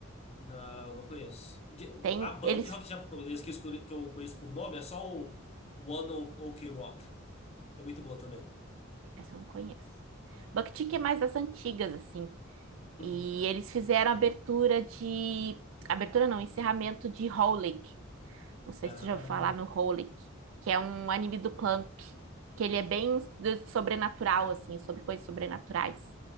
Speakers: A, on the left; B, on the right.
A: Não, não conheço. De-
B: Tem
A: a banda
B: eles.
A: de rock japonês que eu, escolhi, que eu conheço por nome é só o One Ok Rock. que É muito boa também.
B: Essa eu não conheço. Buckchick é mais das antigas, assim.
A: Uhum.
B: E eles fizeram abertura de. Abertura não, encerramento de Howley, Não sei
A: Ah,
B: se você já ouviu falar no Holic, que é um anime do Clamp, que ele é bem do- sobrenatural, assim, sobre coisas sobrenaturais.